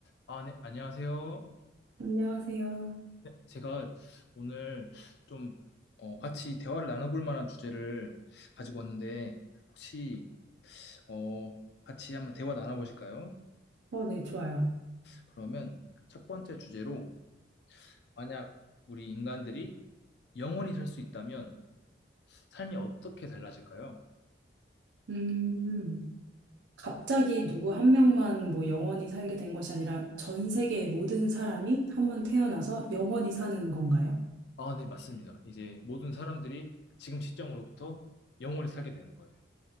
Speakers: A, on the left; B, on the right.
A: 아, 네, 안녕하세요.
B: 안녕하세요.
A: 제가 오늘 좀 어, 같이 대화를 나눠볼 만한 주제를 가지고 왔는데, 혹시 어, 같이 한번 대화 나눠보실까요?
B: 어, 네, 좋아요.
A: 그러면 첫 번째 주제로, 만약 우리 인간들이 영원히 살 수 있다면 삶이 어떻게 달라질까요?
B: 음, 갑자기 누구 한 명만 뭐 영원히 살게 된 것이 아니라 전 세계의 모든 사람이 한번 태어나서 영원히 사는 건가요?
A: 아, 네, 맞습니다. 이제 모든 사람들이 지금 시점으로부터 영원히 살게 되는 거예요.